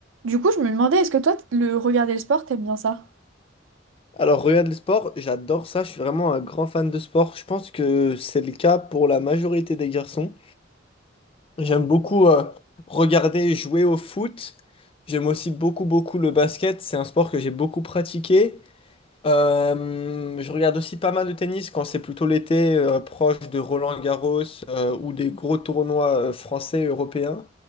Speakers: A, on the right; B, on the left.
A: Du coup, je me demandais, est-ce que toi, t- le regarder le sport, t'aimes bien ça?
B: Alors, regarde le sport, j'adore ça, je suis vraiment un grand fan de sport. Je pense que c'est le cas pour la majorité des garçons. J'aime beaucoup euh, regarder et jouer au foot. J'aime aussi beaucoup, beaucoup le basket. C'est un sport que j'ai beaucoup pratiqué. Euh, je regarde aussi pas mal de tennis quand c'est plutôt l'été, euh, proche de Roland-Garros euh, ou des gros tournois euh, français, européens.